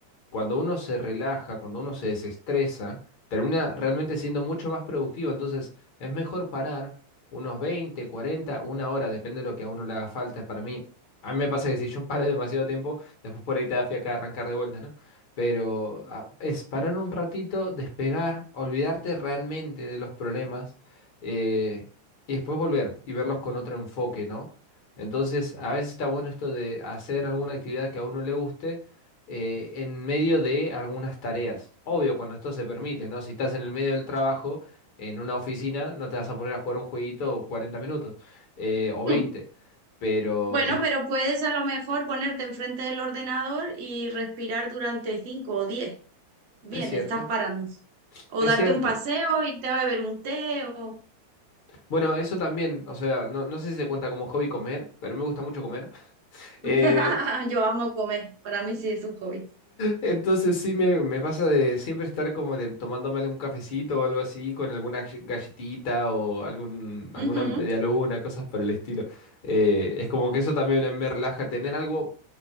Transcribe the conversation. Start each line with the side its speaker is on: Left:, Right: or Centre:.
Left: cuando uno se relaja, cuando uno se desestresa, termina realmente siendo mucho más productivo. Entonces, es mejor parar unos 20, 40, una hora, depende de lo que a uno le haga falta. Para mí, a mí me pasa que si yo paro demasiado tiempo, después por ahí te da fiaca arrancar de vuelta, ¿no? Pero ah, es parar un ratito, despegar, olvidarte realmente de los problemas eh, y después volver y verlos con otro enfoque, ¿no? Entonces, a veces está bueno esto de hacer alguna actividad que a uno le guste eh, en medio de algunas tareas. Obvio, cuando esto se permite, ¿no? Si estás en el medio del trabajo, en una oficina, no te vas a poner a jugar un jueguito 40 minutos eh, o veinte
Right: Ujú.
Left: Pero
Right: Bueno,
Left: es,
Right: pero puedes a lo mejor ponerte enfrente del ordenador y respirar durante cinco o diez Bien,
Left: es cierto,
Right: estás parando. O
Left: es
Right: darte
Left: cierto.
Right: un paseo, irte a beber un té o...
Left: Bueno, eso también, o sea, no, no sé si se cuenta como hobby comer, pero me gusta mucho comer. <laughs>
Right: <laughs>
Left: Eh,
Right: Yo amo comer, para mí sí es un hobby.
Left: Entonces sí me, me pasa de siempre estar como de, tomándome algún cafecito o algo así, con alguna g- galletita o algún, alguna
Right: Ujú,
Left: media luna, cosas por el estilo. Eh, es como que eso también me relaja, tener algo